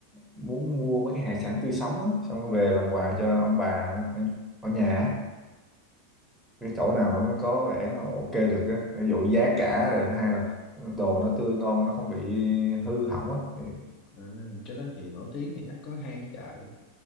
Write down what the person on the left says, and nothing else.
à, cái đó thì nổi tiếng thì chắc có hai cái chợ